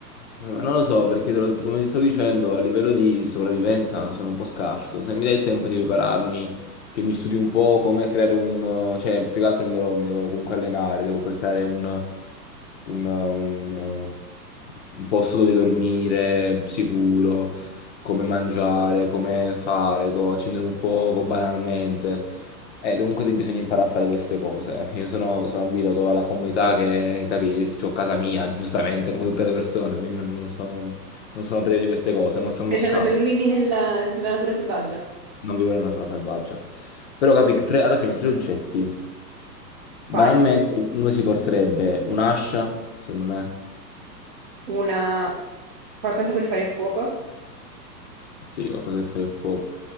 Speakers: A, on the left; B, on the right.
A: Eh, Non lo so, perché te lo- come ti sto dicendo, a livello di sopravvivenza sono un po' scarso. Se mi dai il tempo di prepararmi, che mi studi un po' come creare un... eh, cioè, più che altro mi devo, mi devo comunque allenare, devo pre- creare un, un- un- un posto dove dormire sicuro, come mangiare, come fare, co- accendere un fuoco banalmente. Eh, comunque bisogna imparare a fare queste cose. Io sono, sono abituato alla comunità che, capì, ho casa mia, giustamente, come tutte le persone, quindi non, non sono, non sono privo di queste cose, non sono
B: dicendo
A: uno scout,
B: che non vivi nella, nella natura selvaggia?
A: non vivo nella natura selvaggia. Però, capì, tre- alla fine tre oggetti. Banalmente,
B: Quali?
A: uno si porterebbe un'ascia, secondo me,
B: Una... qualcosa per fare il fuoco?
A: sì, qualcosa per fare il fuoco.